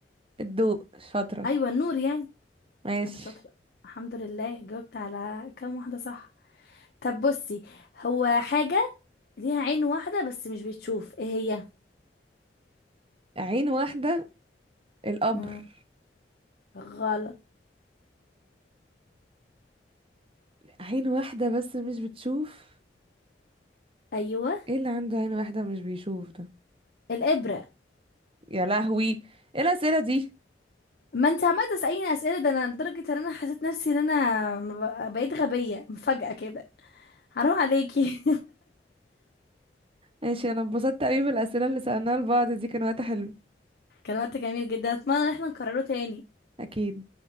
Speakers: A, on the right; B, on the left.
A: الضوء شاطرة
B: أيوة النور يعني
A: ماشي
B: أنا شاطرة الحمد لله جاوبت على كام واحدة صح طب بصي هو حاجة ليها عين واحدة بس مش بتشوف ايه هي؟
A: عين واحدة القبر
B: مم. غلط
A: عين واحدة بس مش بتشوف
B: أيوة
A: ايه اللي عنده عين واحدة مش بيشوف ده
B: الإبرة
A: يا لهوي ايه الأسئلة دي
B: ما انت عمالة تسأليني أسئلة ده أنا لدرجة إن أنا حسيت نفسي إن أنا ب- بقيت غبية مفاجأة كده حرام عليكي
A: ماشي انا اتبسطت قوي بالأسئلة اللي سألناها لبعض دي كان وقت حلو
B: <laughs> كان وقت جميل جدا أتمنى إن احنا نكرره تاني
A: اكيد